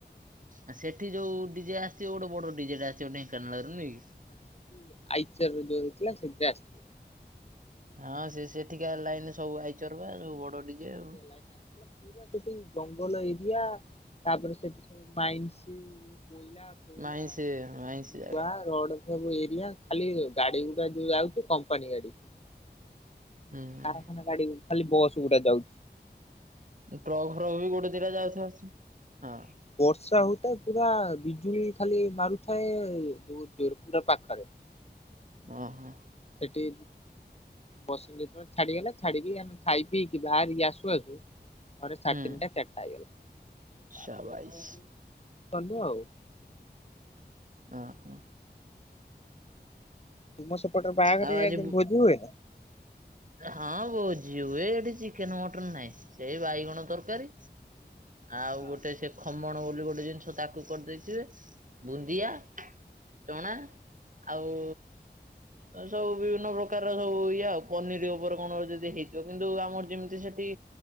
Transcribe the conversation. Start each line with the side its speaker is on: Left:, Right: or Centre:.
Right: ଆ ସେଠି ଯୋଉ ଡିଜେ ଆସିଥିବ ଗୋଟେ ବଡ ଡିଜେ ଟା ଆସଥିବ ନେଇ କୋନଳ ରୁ ନେଇ କି
Left: ସେଠି ଆଇଚର ଯୋଉ ହେଇଥିଲା ସେଇଥିରେ ଆସଥିଲା।
Right: ହଁ ସେ ସେଠିକା ଲାଇନରେ ସବୁ ଆଇଚର ବା ସବୁ ବଡ ଡିଜେ ଆଉ।
Left: ନାଇ <unintelligible> ପୁରା ସେଠି ଜଙ୍ଗଲ ଏରିଆ ତାପରେ ସେଠି ସବୁ ମାଇନ୍ସି କୋଇଲା ଫୋଇଲା
Right: ମାଇଁ ସେ ଜାଗା ମାଇଁ
Left: ଲୁହା
Right: ସେ ଜାଗା।
Left: ରଡ ସବୁ ଏରିଆ ଖାଲି ଗାଡି ଗୁଡା ଯୋଉ ଯାଉଚି କମ୍ପାନୀ ଗାଡି।
Right: ହୁଁ
Left: କାରଖାନା ଗାଡି ଖାଲି ବସ୍ ଗୁଡା ଯାଉଚି।
Right: ଟ୍ରକ୍ ଫ୍ରକ୍ ବି ଗୋଟେ ଦି ଟା ଯାଉଥବ ହଁ।
Left: ବର୍ଷା ହଉଥାଏ ପୁରା ବିଜୁଳି ଖାଲି ମାରୁଥାଏ ଜୋର ଜୋର ପୁରା ପାଖରେ।
Right: ଓ ହ।
Left: ସେଠି ବସ ଯେତେବେଳେ ଛାଡିଗଲା ଛାଡ଼ିକି ଆମେ ଖାଇ ପିଇକି ବାହାରିକି ଆସୁ ଆସୁ ଘରେ ସାଢ଼େ
Right: ହୁଁ
Left: ତିନିଟା ଚାରିଟା ହେଇଗଲା ତାପରେ
Right: ସାବାଇସ୍
Left: ଶୋଇକି ଗଲୁ ଆଉ।
Right: ହଁ ହଁ।
Left: ତୁମ ସେପଟେ ବାହାଘରିଆ
Right: ଆଉ ଆଜି ବୁ
Left: ଭୋଜି ହୁଏ ନା।
Right: ହଁ ଭୋଜି ହୁଏ ଏଠି ଚିକେନ ମଟନ ନାଇଁ। ସେଇ ବାଇଗଣ ତରକାରୀ ଆଉ
Left: ହଁ
Right: ଗୋଟେ ସେ ଖମଣ ବୋଲି ଗୋଟେ ଜିନିଷ ତାକୁ କରିଦେଇଥିବେ ବୁନ୍ଦିଆ ଚଣା
Left: ହଁ
Right: ଆଉ ସବୁ ବିଭିନ୍ନ ପ୍ରକାରର ସବୁ ଇଏ ଆଉ ପନିର ଉପରେ କଣ ଯଦି ହେଇଥିବ କିନ୍ତୁ ଆମର ଯେମିତି ସେଠି